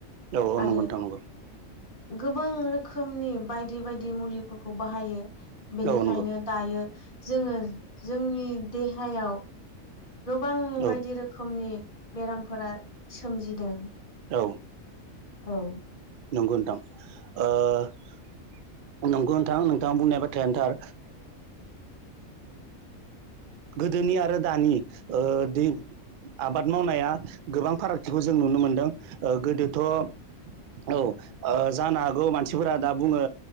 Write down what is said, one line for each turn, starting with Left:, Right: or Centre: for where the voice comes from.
Right: औ औ
Left: आरो
Right: नंगौ नोंथां नंगौ
Left: गोबां रोखोमनि बायदि बायदि मुलिफोरखौ बाहायो बेनिखायनो
Right: औ नंगौ
Left: दायो जोङो जोंनि देहायाव गोबां
Right: औ
Left: बायदि रोखोमनि बेरामफोरा सोमजिदों
Right: औ
Left: औ
Right: नंगौ नोंथां ओ नंगौ नोंथां नोंथाङा बुंनाय बाथ्रायानो थार गोदोनि आरो दानि ओ दै आबाद मावनाया गोबां फारागथिखौ जों नुनो मोनदों ओ गोदोथ' औ ओ जानो हागौ मानसिफोरा दा बुङो